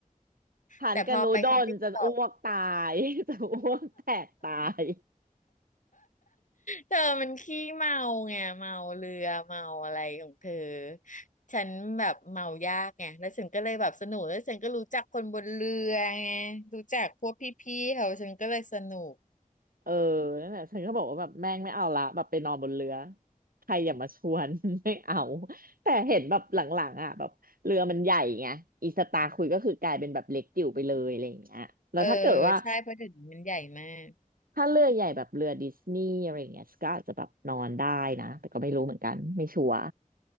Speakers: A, on the right (about 85°); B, on the left (about 60°).
A: ทานกระนูดนจะอ้วกตาย
B: แต่พอไปครั้งที่สอง
A: <laughs> จะอ้วกแตกตาย
B: เธอมันขี้เมาไงเมาเรือเมาอะไรของเธอฉันแบบเมายากไงแล้วฉันก็เลยแบบสนุกแล้วฉันก็รู้จักคนบนเรือไงรู้จักพวกพี่ๆเขาฉันก็เลยสนุก
A: เออนั่นแหละฉันก็บอกว่าแบบแม่งไม่เอาละแบบไปนอนบนเรือ ใครอย่ามาชวน <laughs> ไม่เอา แต่เห็นแบบหลังๆอ่ะแบบเรือมันใหญ่ไงอีสตาร์คุยก็คือกลายเป็นแบบเล็กจิ๋วไปเลยอะไรอย่างเงี้ยแล้วถ้าเกิดว่า
B: เออใช่เพราะเดี๋ยวนี้มันใหญ่มาก
A: ถ้าเรือใหญ่แบบเรือดิสนีย์อะไรอย่างเงี้ยก็อาจจะแบบนอนได้นะ แต่ก็ไม่รู้เหมือนกัน ไม่ชัวร์